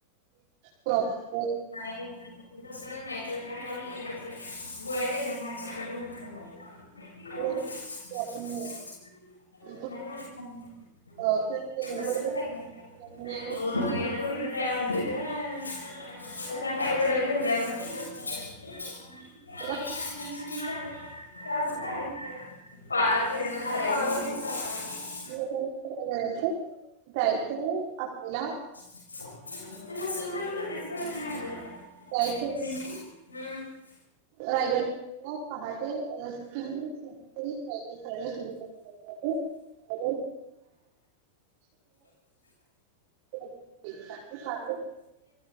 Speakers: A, on the right (about 50°); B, on the left (about 75°).
A: प्रॉप <unintelligible>
B: नाही <unintelligible> नाही नाही
A: थोडं
B: <unintelligible>
A: ते आपण <inaudible>
B: स
A: गडबड त्यामुळे
B: <unintelligible> <unintelligible> <unintelligible>
A: आपला
B: <unintelligible> पाला फिरण ठरायच
A: <unintelligible> म काय करायचं जायचंय आपल्याला
B: <unintelligible> त सुंदर दिस नाही
A: जायचं
B: ह <unintelligible>
A: रायगड पहाटे तरी रायगड चढायला सुरु कर. <unintelligible> <unintelligible> डता <unintelligible> <unintelligible>